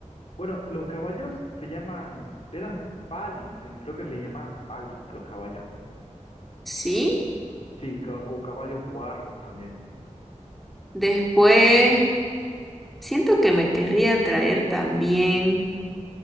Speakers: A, on the left; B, in the centre.
A: Bueno, los caballos se llaman, eran pali, que creo que les llamaban pali a los caballos.
B: Sí,
A: Sí, ca- o caballos huargos también.
B: después siento que me querría traer también,